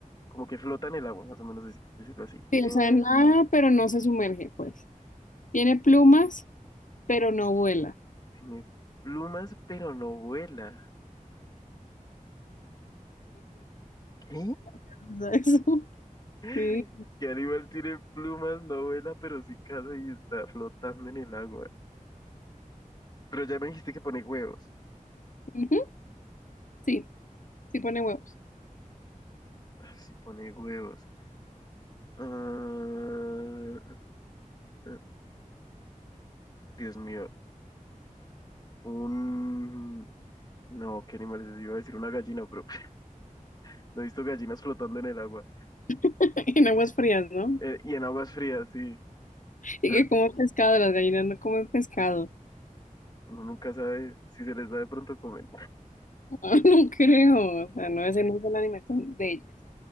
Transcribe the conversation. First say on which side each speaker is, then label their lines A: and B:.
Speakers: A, on the left; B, on the left.
A: Como que flota en el agua, más o menos dec- decirlo así.
B: Sí,
A: Eh,
B: o sea, nada, pero no se sumerge, pues. Tiene plumas, pero no vuela.
A: tiene plumas, pero no vuela. ¿Qué?
B: <laughs> O sea, eso.
A: <laughs>
B: Sí.
A: ¿Qué animal tiene plumas, no vuela, pero sí caza y está flotando en el agua? Pero ya me dijiste que pone huevos.
B: Ujú. Sí, sí pone huevos.
A: Ah, sí pone huevos. Ah, <laughs> Dios mío. Un... No, ¿qué animales es Iba a decir una gallina, pero <laughs> no he visto gallinas flotando en el agua.
B: <laughs> En aguas frías, ¿no?
A: Eh, y en aguas frías, sí.
B: Y
A: Eh,
B: que como pescado, las gallinas no comen pescado. <laughs>
A: uno nunca sabe si se les da de pronto comer.
B: No, creo. O sea, no es en esa es la dimensión de ellas.